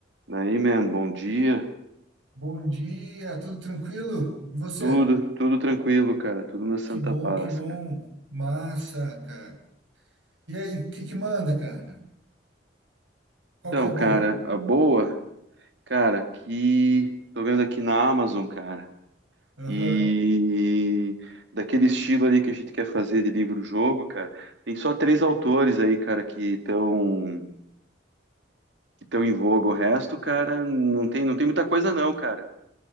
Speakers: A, on the right; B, on the right.
A: Daí, man, bom dia.
B: Bom dia, tudo tranquilo? E você?
A: Tudo, tudo tranquilo, cara. Tudo na santa
B: Que bom,
A: paz,
B: que bom.
A: cara.
B: Massa, cara. E aí, o que que manda, cara? Qual
A: Então,
B: que é a boa?
A: cara, a boa, cara, que tô vendo aqui na Amazon, cara.
B: Aham,
A: E daquele estilo ali que a gente quer fazer de livro-jogo, cara, tem só três autores aí, cara, que estão que estão em voga. O resto, cara, não tem, não tem muita coisa não, cara.